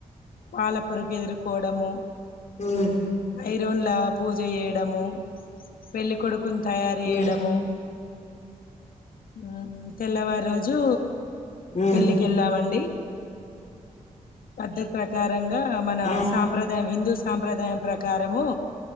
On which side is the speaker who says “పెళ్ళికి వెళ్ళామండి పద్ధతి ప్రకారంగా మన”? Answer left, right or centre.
Left